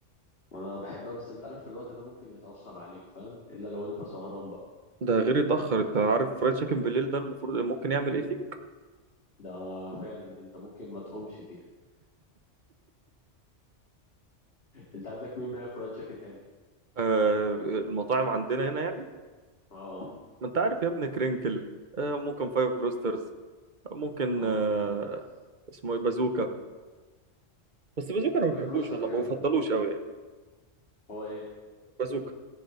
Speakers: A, on the left; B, on the right.
A: وانا بحبها بس انت عارف في الوقت ده ممكن يتاخر عليك فاهم الا لو انت سهران بقى
B: ده غير يتاخر انت عارف فرايد تشيكن بالليل ده المفروض ممكن يعمل ايه فيك
A: ده فعلا دي انت ممكن ما تقومش فيها انت عندك مين بقى فرايد تشيكن حلو
B: آه المطاعم عندنا هنا يعني
A: اه
B: ما انت عارف يا ابني كرينكل آه، ممكن فايف بروسترز ممكن
A: اه
B: آه،
A: كرينكل جامد
B: اسمه ايه بازوكا بس بازوكا انا ما
A: فايف
B: بحبوش
A: روستر
B: والله
A: جامد
B: ما بفضلوش
A: برضه
B: قوي يعني
A: هو ايه
B: بازوكا